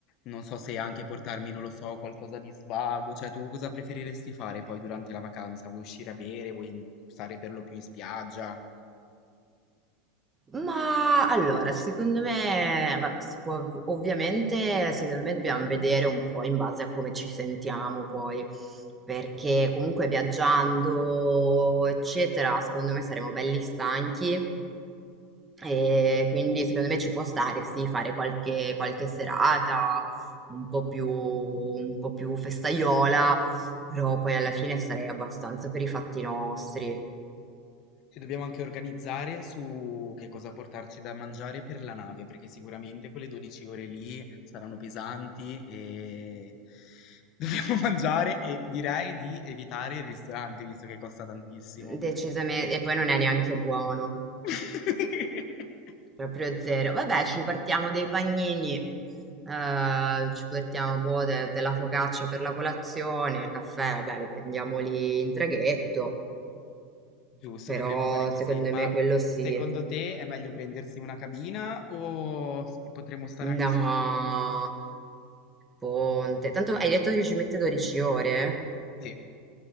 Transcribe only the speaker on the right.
Ma allora, secondo me, vabbè, si può, ov- ovviamente, secondo me dobbiamo vedere un po' in base a come ci sentiamo poi, perché comunque viaggiando, eccetera, secondo me saremo belli stanchi e quindi secondo me ci può stare, sì, fare qualche, qualche serata un po' più, un po' più festaiola, però poi alla fine sarei abbastanza per i fatti nostri,
decisamente, e poi non è neanche buono.
Proprio zero. Vabbè, ci partiamo dei panini, eh, ci partiamo boh, de- della focaccia per la colazione, il caffè, vabbè, lo prendiamo lì in traghetto,
però
secondo
me quello sì.
No,
ponte. Tanto hai detto che ci mette 12 ore?